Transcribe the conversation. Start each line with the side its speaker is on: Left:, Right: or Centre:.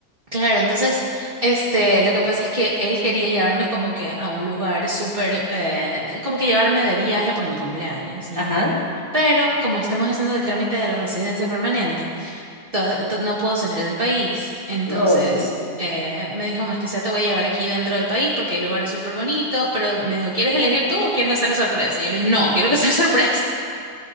Right: Claro, entonces, este, lo que pasa es que él quería llevarme como que a un lugar súper, eh, como que llevarme de viaje por mi cumpleaños, ¿ya?
Left: <laughs> Ajá.
Right: Pero como estamos haciendo el trámite de la residencia permanente, to- to- no puedo salir del país. Entonces,
Left: No.
Right: eh, me dijo, más que sea, te voy a llevar aquí dentro del país porque hay lugares súper bonitos, pero me dijo, ¿quieres elegir tú o quieres que sea sorpresa? Y Yo le dije, no, quiero que sea <laughs> sorpresa.